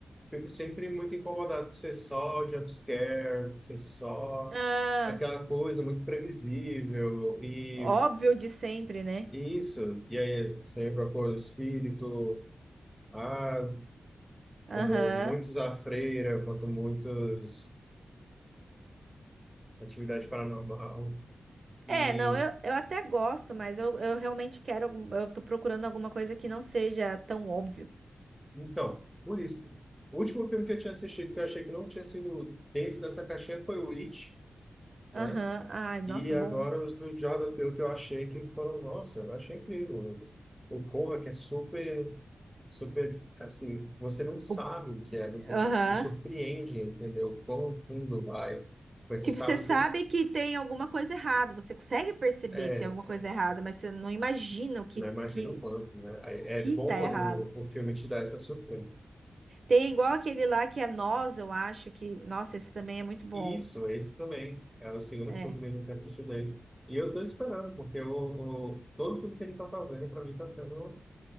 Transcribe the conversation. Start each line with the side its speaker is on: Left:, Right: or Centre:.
Centre: fico sempre muito incomodado de ser só jumpscare, de ser só
Right: Ah,
Centre: aquela coisa muito previsível e,
Right: óbvio de sempre, né?
Centre: e isso. E aí, sempre a cor espírito, ah,
Right: Aham.
Centre: como muitos a freira, quanto muitos atividade paranormal. E
Right: É, não, eu, eu até gosto, mas eu, eu realmente quero. algum- Eu tô procurando alguma coisa que não seja tão óbvio.
Centre: Então, por isso. O último filme que eu tinha assistido, que eu achei que não tinha sido dentro dessa caixinha, foi o It,
Right: Aham.
Centre: né?
Right: Ai, nossa,
Centre: E agora
Right: bom.
Centre: os do Jordan Peele que eu achei que foram, nossa, eu achei incrível. Lucas. O Corra, que é super, super, assim, você não sabe
Right: O-
Centre: o que é, você
Right: Aham.
Centre: se surpreende, entendeu? Quão fundo vai. Mas
Right: Tipo,
Centre: Você sabe,
Right: você
Centre: você,
Right: sabe que tem alguma coisa errada, você consegue perceber
Centre: é,
Right: que tem alguma coisa errada, mas você não imagina o que,
Centre: não imagina
Right: que,
Centre: o quanto, né? Aí
Right: o
Centre: É
Right: que
Centre: bom
Right: tá
Centre: quando
Right: errado.
Centre: o o filme te dá essa surpresa.
Right: Tem igual aquele lá que é Nós, eu acho que. Nossa, esse também é muito bom.
Centre: Isso, esse também. É o segundo
Right: É.
Centre: filme dele que a gente assistiu dele. E eu tô esperando, porque o, o- todo filme que ele tá fazendo, pra mim, tá sendo